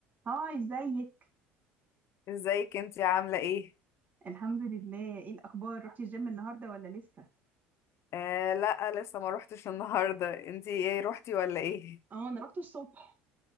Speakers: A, on the right; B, on the left.
A: هاي ازيك
B: ازيك انتي عاملة ايه؟
A: الحمد لله ايه الاخبار رحتي الجيم النهارده ولا لسه
B: آه لا لسه ما روحتش النهاردة انتي ايه روحتي ولا ايه؟
A: اه انا رحت الصبح